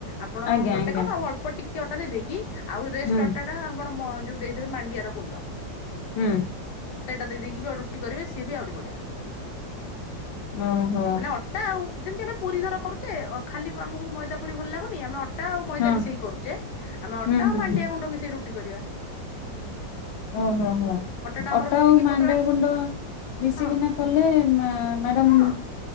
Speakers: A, on the left; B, on the left.
A: ଆପଣ
B: ଆଜ୍ଞା
A: ଗୋଟେ
B: ଆଜ୍ଞା
A: କପ ଆଉ ଅଳ୍ପ ଟିକ କି ଅଟା ଦେଇଦେଇକି ଆଉ ରେଷ୍ଟ
B: ହୁଁ
A: ଅଟା ଟା ଆମର ମ ଯୋଉ ଦେଇଦେବେ ମାଣ୍ଡିଆର ଗୁଣ୍ଡ
B: ହୁଁ
A: ସେଇଟା ଦେଇକି ଆଉ ରୁଟି କରିବେ ସିଏ ବି ଆହୁରି ବଢିଆ
B: ଓହୋ
A: ମାନେ ଅଟା ଆଉ ଯେମିତି ଆମେ ପୁରୀ ଧର କରୁଚେ ଅ ଖାଲି ଆମକୁ ମଇଦା ପୁରୀ ଭଲ ଲାଗୁନି ଆମେ ଅ ଟା ଆଉ ମଇଦା
B: ହଁ
A: ମିଶେଇ କରୁଛେ ଆମେ ଅଟା
B: ହୁଁ
A: ଆଉ
B: ହୁଁ
A: ମାଣ୍ଡିଆ ଗୁଣ୍ଡ ମିଶେଇ ରୁ <unintelligible> କରିବା
B: ଉଁ ହୁଁ ହୁଁ
A: ଟା ଆମର
B: ଅଟା
A: ରୁଟି
B: ଆଉ
A: କି
B: ମାଣ୍ଡିଆଗୁଣ୍ଡ
A: ପତଳା
B: ମିଶିକିନା
A: ହଁ
B: କଲେ ମ୍ୟା ମ୍ୟାଡ଼ାମ୍
A: ହଁ